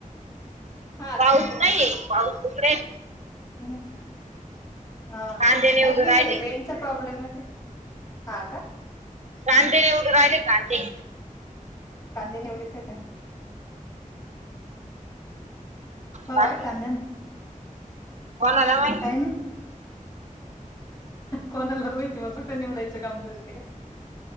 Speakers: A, on the left; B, on the right.
A: हा
B: पाऊस
A: का
B: नाहीये पाऊस उघडेल
A: मजी हा
B: कांदे निवडू
A: कमी
B: राहिले.
A: हे रेंज चा प्रॉब्लेम येतोय हा का?
B: कांदे येऊन राहिले कांदे
A: कांदे निवडीत्या का? भाव
B: बाकी,
A: आहे कांद्यांना
B: कोणाला माहित.
A: काय नही. कोणाला माहिती, मग फक्त निवडायचं काम करते का?